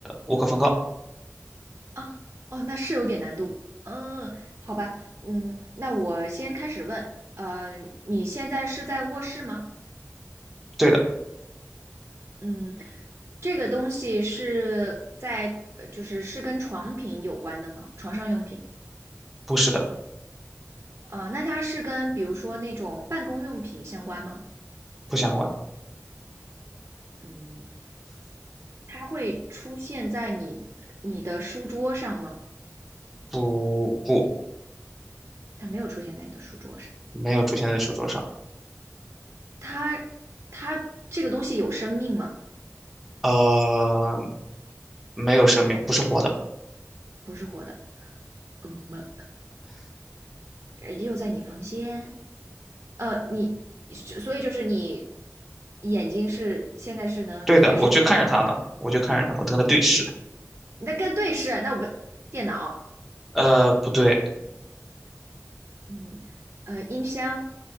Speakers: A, in the centre; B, on the right.
A: 无可奉告。
B: 啊，哦，那是有点难度。嗯，好吧，嗯，那我先开始问。呃，你现在是在卧室吗？
A: 对的，
B: 嗯，这个东西是在，呃就是是跟床品有关的吗？床上用品。
A: 不是的，
B: 呃，那它是跟比如说那种办公用品相关吗？
A: 不想关，
B: 嗯，它会出现在你你的书桌上吗？
A: 不不，
B: 它没有出现在你的书桌上。
A: 没有出现在书桌上。
B: 它它这个东西有生命吗？
A: 呃，没有生命，不是活的。
B: 不是活的，嗯嘛，呃又在你房间，呃，你，所以就是你眼睛是现在是能随时看到它，
A: 对的，我就看着它呢，我就看着它呢，我跟它对视。
B: 你在跟对视，那我们电脑，
A: 呃，不对，
B: 嗯，呃，音箱，